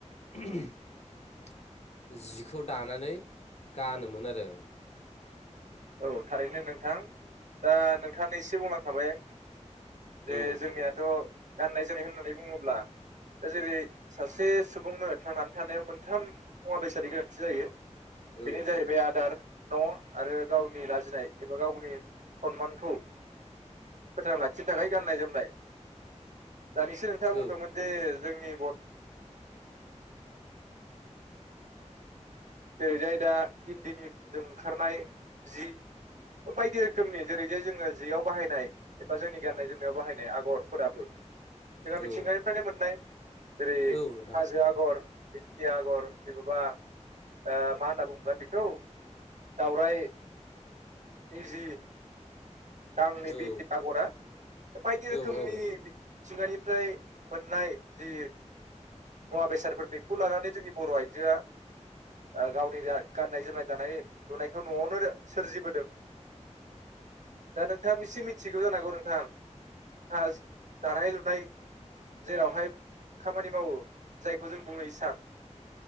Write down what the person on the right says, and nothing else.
औ थारैनो नोंथां। दा नोंथाङानो एसे बुंलांखाबाय दे
जोंनियाथ' गाननाय जोमनाय होननानै बुङोब्ला जेरै सासे सुबुंनो थांनानै थानायाव मोनथाम मुवा बेसाद गोनांथि जायो।
बेनो जाहैबाय आदार, न' आरो गावनि लाजिनाय एबा गावनि सनमानखौ फोथांना लाखिनो थाखाय गाननाय जोमनाय, दानिसो नोंथाङा बुंदोंमोन
जे जोंनि ओरैजाय दा इन्दिनिजों ओंखारनाय जि। बायदि रोखोमनि जेरैजाय जोङो जेयाव बाहायनाय एबा जोंनि गान्नाय जोमनायाव बाहायनाय आगरफोराबो जोंहा
मिथिंगानिफ्रायनो मोननाय जेरै
हाजो आगर दिंखिया आगर एबा ओ मा होनना बुङोब्ला बेखौ दावराइ निजि <unintelligible> नै
बे आगरा बायदि रोखोमनि
मिथिंगानिफ्राय मोननाय जि मुवा बेसादफोर बेखौ लानानै जोंनि बर' आइजोआ आ गावनि जा गाननाय जोमनाय, दानाय लुनायखौ न'आवनो सोरजिबोदों। दा नोंथां एसे मिथिगौ जानांगौ नोंथां हा दानाय लुनाय जेरावहाय खामानि मावो जायखौ जों बुङो हिसान